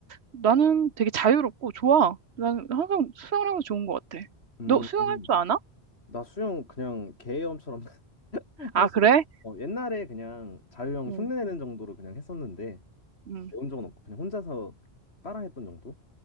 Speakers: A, on the right (about 80°); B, on the left (about 80°).
A: 나는 되게 자유롭고 좋아. 나는 항상 수영을 하면 좋은 것 같아.
B: 음,
A: 너 수영할
B: 음.
A: 줄 아나?
B: 나 수영 그냥 개염처럼 <laughs>
A: 아,
B: 할 수.
A: 그래?
B: 어 옛날에 그냥 자유형
A: 응,
B: 흉내내는 정도로 그냥 했었는데
A: 응.
B: 배운 적은 없고 그냥 혼자서 따라했던 정도.